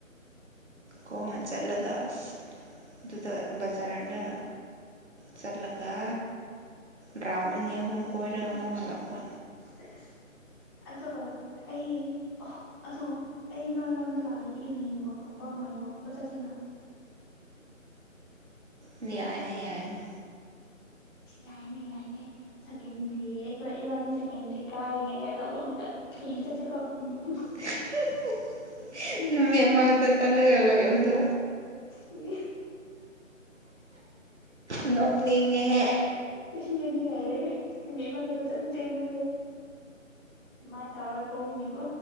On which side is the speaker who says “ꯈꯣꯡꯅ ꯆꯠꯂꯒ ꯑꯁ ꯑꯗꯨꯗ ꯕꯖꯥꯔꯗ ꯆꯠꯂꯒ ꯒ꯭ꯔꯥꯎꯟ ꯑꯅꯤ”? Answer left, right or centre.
Right